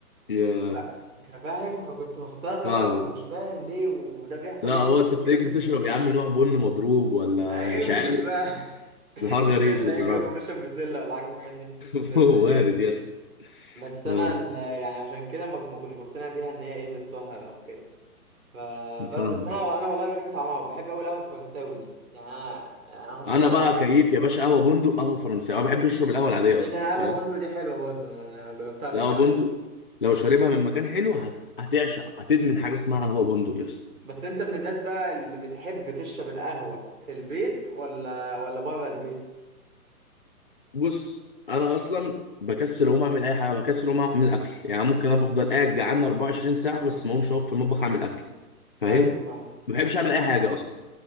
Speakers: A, on the left; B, on the right.
A: يا
B: ف... فاهم فكنت بستغرب
A: فاهم
B: قوي مش فاهم ليه وده بيحصل
A: لا
B: ليه
A: هو انت تلاقيك
B: كده
A: بتشرب يا عم نوع بن مضروب ولا
B: يمكن
A: مش عارف
B: بقى <laughs>
A: بس الحوار
B: بسله
A: غريب بصراحة
B: يمكن اكون بشرب بسله ولا حاجه من الحاجات دي
A: <laughs>
B: بس
A: وارد
B: إيه؟
A: يا اسطى
B: بس انا
A: اه
B: ال- يعني عشان كده ما ما كنتش بقتنع بيها ان هي ايه بتسهر او كده فبس
A: فاهمك
B: بس انا انا والله بحب طعمها وبحب قوي القهوه الفرنساوي دي يعني انا أنا هشرب
A: انا بقى كيف
B: قهوة.
A: يا باشا قهوة بندق قهوة فرنسية انا ما بحبش اشرب القهوة العادية
B: ايه
A: اصلا
B: ده قهوه
A: فاهم
B: بندق دي حلوه برضه انا جربتها قبل
A: القهوة
B: كده
A: بندق لو شاربها من مكان حلو هت... هتعشق هتدمن حاجة اسمها قهوة بندق يا اسطى
B: بس انت من الناس بقى اللي بتحب تشرب القهوه في البيت ولا ولا بره البيت
A: بص انا اصلا بكسل اقوم اعمل اي حاجه بكسل اقوم اعمل اكل يعني ممكن انا بفضل قاعد جعان 24 ساعه بس ما اقومش اقف في المطبخ اعمل اكل فاهم
B: ايوه فاهم
A: ما بحبش اعمل اي حاجه اصلا